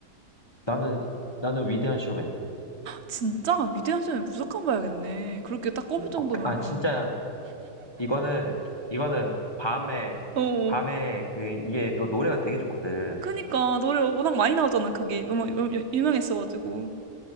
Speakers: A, on the left; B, on the right.
A: 나는 나는 위대한 쇼맨.
B: 진짜 위대한 쇼녀는 무조건 봐야겠네. 그렇게 딱 꼽을 정도면은.
A: 어, 그, 아 진짜 이거는 이거는 밤에
B: 어.
A: 밤에
B: 어.
A: 그 이게 또 노래가 되게 좋거든.
B: 그니까 노래 워낙 많이 나오잖아 그게 너무 유- 유- 유명했어가지고.